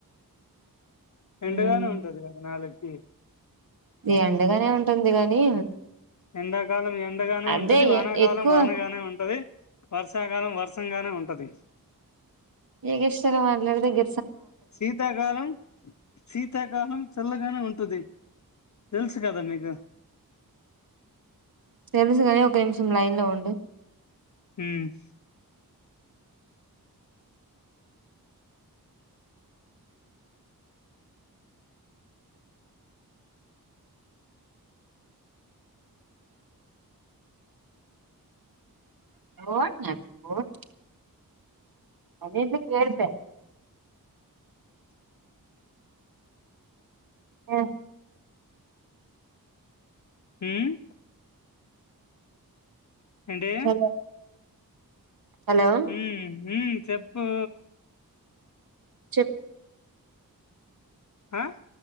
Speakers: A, on the left (about 50°); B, on the right (about 70°).
A: ఎండుగానే
B: ఉమ్,
A: ఉంటది కదా నాలుకి
B: ఈ ఎండగానే ఉంటుంది గాని
A: ఎండాకాలం ఎండగానే
B: అదే
A: ఉంటది వానాకాలం
B: ఎ- ఎక్కువ
A: వానగానే ఉంటది వర్షాకాలం వర్షంగానే ఉంటది.
B: ఎగెస్టల్ మాట్లాడుతే ఎగ్
A: శీతాకాలం, శీతాకాలం చల్లగానే ఉంటది. తెల్సు కదా నీకు
B: తేల్స్ గానీ ఒక నిమిషం లైన్ లో ఉండు.
A: ఉహ్మ్
B: వోట్ న పోట్ అ చేస ఆఓ
A: ఉమ్ ఏంటి
B: హలో హలో
A: ఉమ్ ఉమ్ చెప్పు
B: చెప్
A: ఆ